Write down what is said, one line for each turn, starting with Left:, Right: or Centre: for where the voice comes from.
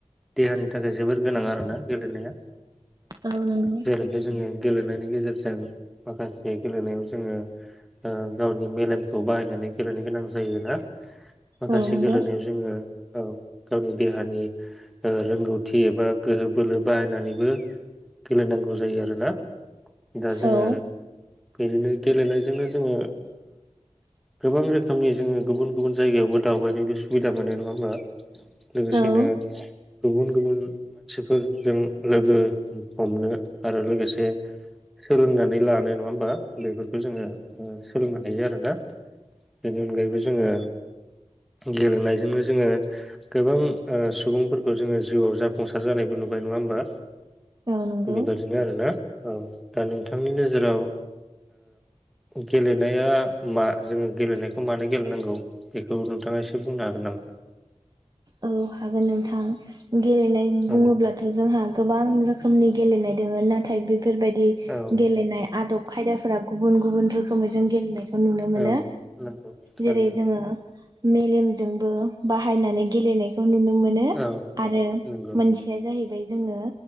Centre: देहानि थाखाय जोबद गोनां आरोना गेलेनाया
Right: औ नंगौ
Centre: जेरैहाय जोङो गेलेनायनि गेजेरजों माखासे गेलेनायाव जोङो गावनि मेलेमखौ बाहायनानै गेलेनो गोनां जायोना माखासे
Right: औ नंगौ
Centre: गेलेनायाव जोङो औ गावनि देहानि रोंगौथि एबा गोहो बोलो बाहायनानैबो गेलेनांगौ जायो आरोना दा जोङो
Right: औ
Centre: बिदिनो गेलेनायजोंनो जोङो गोबां रोखोमनि जोङो गुबुन गुबुन जायगायावबो दावबायनोबो सुबिदा मोनो नङा होमबा लोगोसेनो
Right: औ नंगौ
Centre: गुबुन-गुबुन मानसिफोर जों लोगो हमनो आरो लोगोसे सोलोंनानै लानो नङा होमबा बेफोर खौ जोङो सोलोंनो हायो आरोना बेनि अनगायैबो जोङो गेलेनायजोंनो जोङो गोबां सुबुंफोरखौ जोङो जिउआव जाफुंसार जानायबो नु बाय नङा होमबा
Right: औ नंगौ
Centre: बेबायदिनो आरोना औ दा नोंथांनि नोजोराव गेलेनाया मा जोङो गेलेनायखौ मानो गेलेनांगौ बेखौ नोंथाङा एसे बुंनो हागोन नामा
Right: औ हागोन नोंथां गेलेनाय बुङोब्लाथ'
Centre: औ
Right: जोंहा गोबां रोखोमनि गेलेनाय दङ ना थाय बेफोरबायदि
Centre: औ
Right: गेलेनाय आदब खायदाफोरा गुबुन गुबुन रोखोमै जों गेलेनाय खौ नुनो मोनो
Centre: औ नंगौ थारैनो
Right: जेरै जोङो मेलेमजोंबो बाहायनानै गेलेनाय खौ नुनो मोनो
Centre: औ
Right: आरो
Centre: नंगौ
Right: मोनसेया जाहै बाय जोङो